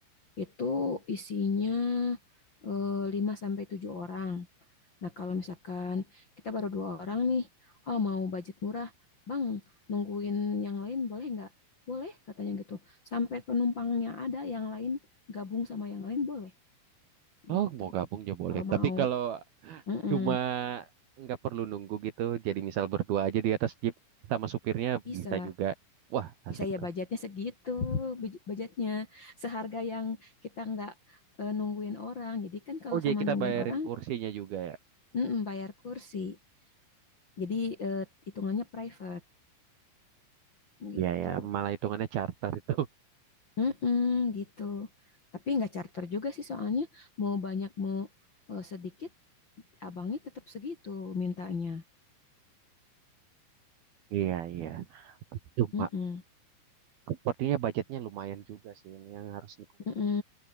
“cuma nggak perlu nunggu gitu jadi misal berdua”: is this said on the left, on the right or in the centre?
Right